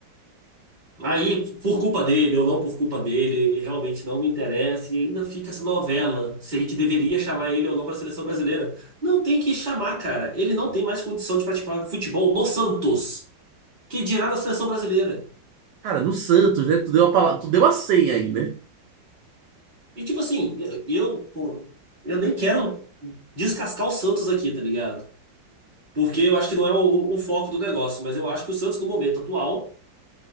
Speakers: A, on the right; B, on the right.
A: Aí, por culpa dele ou não por culpa dele, realmente não me interessa e ainda fica essa novela se a gente deveria chamar ele ou não para a seleção brasileira. Não tem que chamar, cara. Ele não tem mais condição de praticar futebol no Santos, que dirá na seleção brasileira.
B: Cara, no Santos, né? Tu deu a palavra, tu deu a senha aí, né?
A: E tipo assim, eu, eu, pô, eu nem quero descascar o Santos aqui, tá ligado? Porque eu acho que não é o, o foco do negócio, mas eu acho que o Santos no momento atual